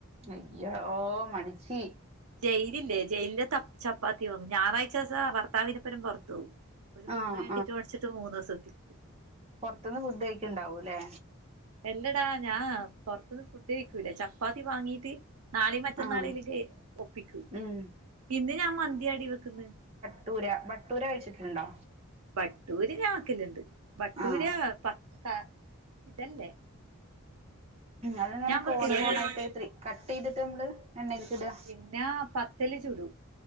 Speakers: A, on the right (about 30°); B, on the right (about 80°).
A: അയ്യോ മടിച്ചി
B: ജയിലില്ലേ ജയിലെ ചപ്പാത്തി വങ്ങും ഞായറാഴ്ചേസം ഭർത്താവിനെപ്പരം പെറത്ത്‌ പോവും ഒരു മൂന്ന്
A: ആഹ്
B: പാക്കറ്റ് മടിച്ചിട്ട് മൂന്ന് ദിവസം എഡ്
A: പുറത്തുന്ന് ഫുഡ് കഴിക്കുണ്ടാവൂല്ലേ
B: എല്ലടാ ഞാൻ പോറത്തുന്ന് ഫുഡ് കഴിക്കൂല ചപ്പാത്തി വാങ്ങീട്ട് നാളെയും മറ്റന്നാളലൊക്ക
A: ആഹ്
B: ഒപ്പിക്കും
A: ഉം
B: ഇന്ന് ഞാൻ മന്തി ആടി വെക്കുന്ന
A: ട്ടൂര ബട്ടൂര കഴിച്ചിട്ടുണ്ടോ
B: ബട്ടൂരി ഞാക്കലുണ്ട് ബട്ടൂര്
A: ആഹ്
B: പ ആ ഇതല്ല
A: അത്ങ്ങനെ കോണ്
B: വെക്കലുണ്ട്
A: കോണായിട്ട് ത്രി കട്ട് ചെയ്തിട്ട് നമ്മള് എണ്ണൽക്ക് ഇടുക
B: പിന്ന പത്തല് ചുടും